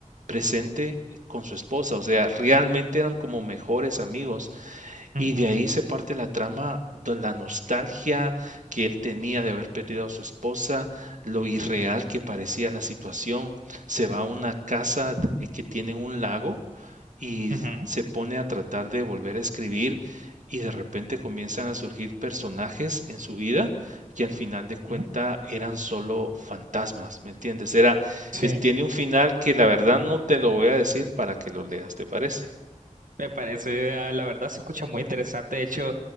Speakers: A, on the right (about 70°); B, on the right (about 90°).
A: presente con su esposa, o sea, realmente eran como mejores amigos y
B: Ujú,
A: de ahí se parte la trama, de la nostalgia que él tenía de haber perdido a su esposa, lo irreal que parecía la situación. Se va a una casa eh, que tiene un lago y
B: ujú,
A: se pone a tratar de volver a escribir y de repente comienzan a surgir personajes en su vida que al final de cuenta
B: ujú.
A: eran solo fantasmas, ¿me entiendes? Era,
B: Sí.
A: es- tiene un final que la verdad no te lo voy a decir para que lo leas, ¿te parece?
B: Me parece, ah, la verdad se escucha muy interesante. De hecho,